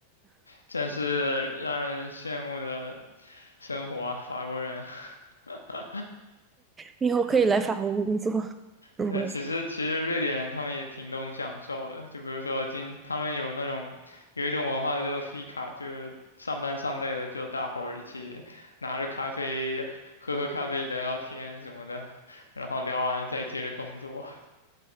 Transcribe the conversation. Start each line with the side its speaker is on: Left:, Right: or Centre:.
Left: 真是让人羡慕的生活啊，法国人。<laughs>
Right: 你以后可以来法国工作，
Left: 对
Right: 如果
Left: 对，其实其实瑞典人他们也挺懂享受的，就比如说今他们有那种有一种文化叫做 fika，就是上班上累了就大伙儿一起拿着咖啡喝喝咖啡聊聊天什么的，然后聊完了再接着工作